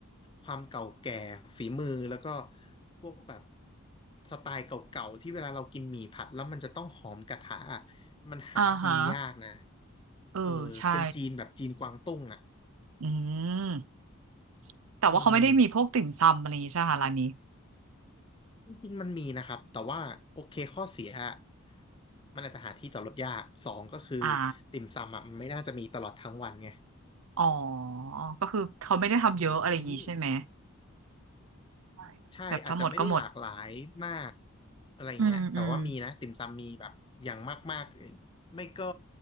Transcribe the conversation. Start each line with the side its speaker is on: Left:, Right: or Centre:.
Left: ความเก่าแก่ฝีมือแล้วก็พวกแบบสไตล์เก่าๆที่เวลาเรากินหมี่ผัดแล้วมันจะต้องหอมกระทะอะมันหากินยากนะ
Right: อ่าฮะ เออใช่
Left: เออเป็นจีนแบบจีนกวางตุ้งอ่ะ
Right: อืมแต่ว่าเขาไม่ได้มีพวกติ่มซำอะไรอย่างงี้ใช่ไหมคะร้านนี้
Left: อืมจริงๆมันมีนะครับแต่ว่าโอเคข้อเสียอะมันอาจจะหาที่จอดรถยากสองก็คือติ่มซำอ่ะมันไม่น่าจะมีตลอดทั้งวันไง
Right: อ่าอ๋อก็คือเขาไม่ได้ทำเยอะอะไรอย่างงี้ใช่ไหม
Left: เออมี
Right: ใช่ค่ะแบบถ้าหมดก็หมด
Left: ใช่อาจจะไม่ได้หลากหลายมากอะไรเงี้ยแต่ว่ามีนะติ่มซำมีแบบอย่างมากๆไม่ก็
Right: อืมอืม